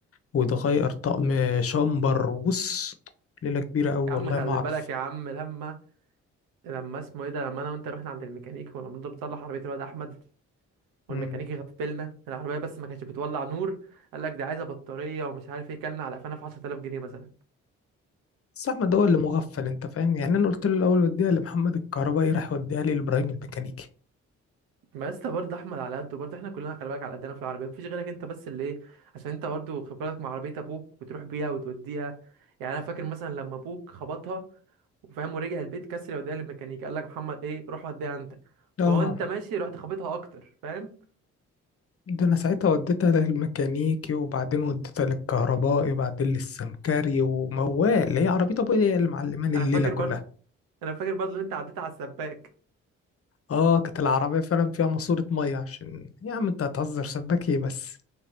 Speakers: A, on the left (about 40°); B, on the right (about 75°).
A: وتغير طقم شامبر وبص ليله كبيره قوي
B: يا
A: والله
B: عم خلي
A: ما اعرف
B: بالك يا عم لما لما اسمه ايه ده لما انا وانت رحنا عند الميكانيكي ولما نضرب نصلح عربيه الواد احمد والميكانيكي
A: امم
B: غفلنا العربيه بس ما كانتش بتولع نور قال لك دي عايزه بطاريه ومش عارف ايه كلنا على قفانا في 10000 جنيه مثلا
A: بس احمد هو اللي مغفل انت فاهم يعني انا قلت له الاول وديها لمحمد الكهربائي راح يوديها لي لابراهيم الميكانيكي
B: ما لسه برضه احمد على قده برضه احنا كلنا خلي بالك على قدنا في العربيه مفيش غيرك انت بس اللي ايه عشان انت برضه خبرتك مع عربيه ابوك بتروح بيها وتوديها يعني انا فاكر مثلا لما ابوك خبطها وفاهم ورجع البيت كسر وداها للميكانيكي قال لك محمد ايه روح وديها انت فهو
A: اه
B: انت ماشي رحت خبطها اكتر فاهم
A: ده انا ساعتها وديتها للميكانيكي وبعدين وديتها للكهربائي وبعدين للسمكري وموال اللي هي عربية ابويا هي اللي معلماني
B: انا
A: الليلة
B: فاكر
A: كلها
B: برضه <laughs> انا فاكر برضه ان انت عديت على السباك
A: اه كانت العربية فعلا فيها ماسورة مية عشان يا عم انت هتهزر سباك ايه بس